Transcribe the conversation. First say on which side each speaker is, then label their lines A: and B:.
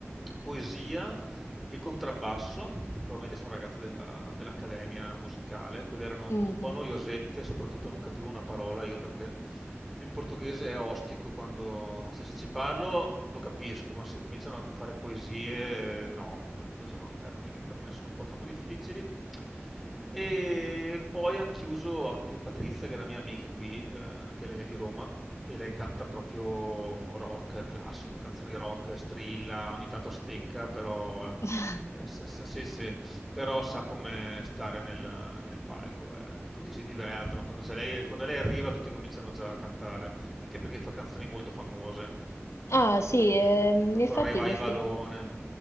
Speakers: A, in the centre; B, on the left.
A: poesia e contrabbasso, probabilmente sono ragazze della- dell'accademia musicale, quelle erano
B: Mhm.
A: un po' noiosette, soprattutto non capivo una parola io perché il portoghese è ostico quando, cioè, se ci parlo lo capisco, ma se cominciano a fare poesie, eh, no, perché usano termini che per me sono un po' troppo difficili. E poi hanno chiuso a più Patrizia, che è una mia amica qui, eh, che lei è di Roma, e lei canta proprio rock classico, canzoni rock, strilla, ogni tanto stecca, però
B: <laughs>
A: eh, se, se- se- se però sa come stare nel, nel palco, eh. tutti si divertono, quando, se lei, quando lei arriva tutti cominciano già a cantare, anche perché fa canzoni molto famose,
B: Ah, sì, ehm,
A: proprio
B: in effetti
A: revivalone,
B: queste.